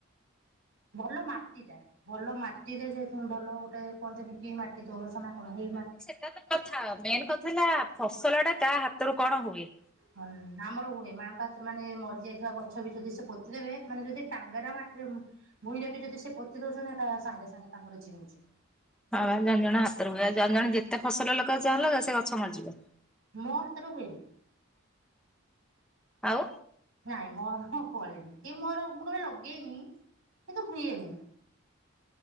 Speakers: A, on the right (about 70°); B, in the centre.
A: ଭଲମାଟିଟା ଭଲମାଟିରେ ଯେ ଭଲଗୋଟେ। କୁହନ୍ତିନି କିମାଟି ଦୋରସନା କଣ ହେଇମାଟି।
B: ଏଇତ କଥା ମେନକଥା ହେଲା ଫସଲଟା କାହା ହାତରୁ କଣ ହୁଏ?
A: ହ ନ ଆମର ହୁଏ ମାଙ୍କ ହାତରେ ମାନେ ମରିଯାଇଥିବା ଗଛବି ଯଦି ସେ ପୋତିଦେବେ ମାନେ ଯଦି ଟାଙ୍ଗାରା ମାଟିରେ ଭୁଇଁରେବିି ଯଦି ସେ ପୋତି ଦଉଛନ୍ତି ହେଟା ସାଙ୍ଗେ ସାଙ୍ଗେ ତାଙ୍କର ଜିଉଛି।
B: ହଁବା ଜଣେ ଜଣେ ହାତରେ ହୁଏ ଜଣେ ଜଣେ ଯେତେ ଫସଲ ଲଗାଉଚି ଅଲଗା ସେଗଛ ମରିଜିବ।
A: ମୋ ହାତରେ ହୁଏନି।
B: ଆଉ
A: ନାଇଁ ମୋର ଫଳେନି କି ମୋର ମୁଁ କେବେ ଲଗେଇନି କିନ୍ତୁ ହୁଏନି।